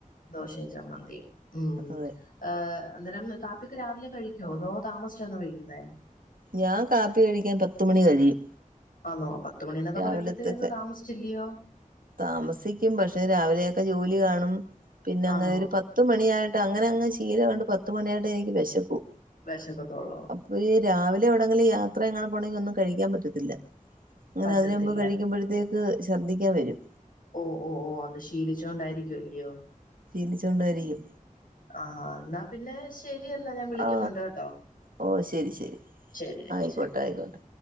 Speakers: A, on the left; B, on the right.
A: ദോഷി ച്ചമതി ഉം
B: അതെ
A: ഏഹ് അന്നേരം കാപ്പിൊക്ക്െ രാവിലെ കഴിക്കുവോ അതോ താമസിച്ചാാണ് കഴിക്കുന്ന
B: ഞാൻ കാപ്പി കഴിക്കാൻ പത്ത മണി കഴിയും
A: ആന്നോ പത്തുമ മണീന്നൊക്കെ
B: രാവിലത്തൊക്കെ
A: പറയുമ്പഴത്തേക്കങ് താമസിച്ചില്ലയോ
B: താമസിക്കും പക്ഷെ രാവിലെയൊക്കെ ജോലി കാണും പിന്നെ അങ്ങനെ
A: ആന്നോ
B: ഒരു പത്ത് പത്ത് മണിയായിട്ട് അങ്ങനെ അങ്ങെ ശീലം കണ്ട് പത്ത മണിയായിട്ട് എനിക്ക് വിശക്കും
A: വിശക്കത്തോളവും
B: അപ്പൊ ഈ രാവിലെവിടെെങ്കില് യാത്ര എങ്ങാൻ പോണമെങ്കിൽ ഒന്നും കഴിക്കാൻ പറ്റത്തില്ല അങ്ങനെ
A: പറ്റത്തില്ല
B: അതിനന് മുമ്പ് കഴിക്കുമ്പഴത്തേക്ക് ശർദ്ദിക്കാൻ വരും
A: ഓ ഓ ഓ അത് ശീലിച്ചൊണ്ടായിരിക്കുംല്ലയോ
B: ജീലിച്ചുക കൊണ്ട വരിക്കും
A: ആഹ എന്നാ പിന്നെ ശരിയെന്നാ ഞാൻ വിളിക്കുന്നുണ്ട്
B: ആ
A: കേട്ടോ
B: ഓ ശരി ശരി
A: ശരി
B: ആയിക്കോട്ടെ
A: ശരി
B: ആയിക്കോട്ടെ